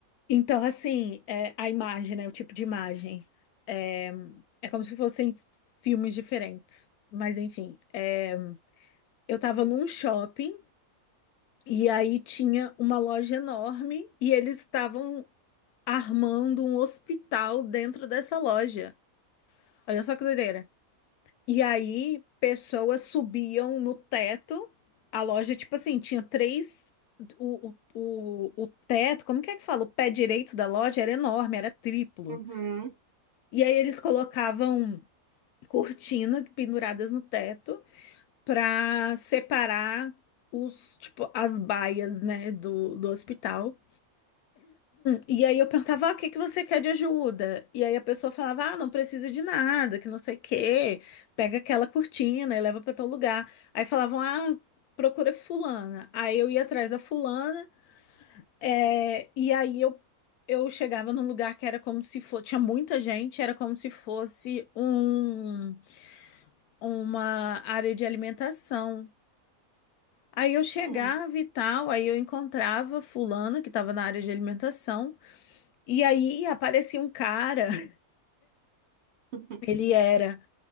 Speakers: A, on the left (about 80°); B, on the right (about 60°).
A: Então, assim, é, a imagem, né, o tipo de imagem, é, é como se fossem filmes diferentes, mas enfim. é, Eu estava num shopping e aí tinha uma loja enorme e eles estavam armando um hospital dentro dessa loja. Olha só que doideira. E aí pessoas subiam no teto. A loja, tipo assim, tinha três. O, o, o, o teto, como que é que fala? O pé direito da loja era enorme, era triplo.
B: uhum,
A: E aí eles colocavam cortinas penduradas no teto. para separar os, tipo, as baias, né, do, do hospital. E aí eu perguntava, ah, o que que você quer de ajuda? E aí a pessoa falava, ah, não precisa de nada, que não sei o quê, pega aquela cortina e leva para tal lugar. Aí falavam, ah, procura fulana. Aí eu ia atrás da fulana, é, e aí eu Eu chegava num lugar que era como se fosse, tinha muita gente, era como se fosse um, uma área de alimentação. Aí eu chegava
B: hum.
A: e tal, aí eu encontrava fulano que estava na área de alimentação, e aí aparecia um cara, <laughs>
B: <laughs>
A: ele era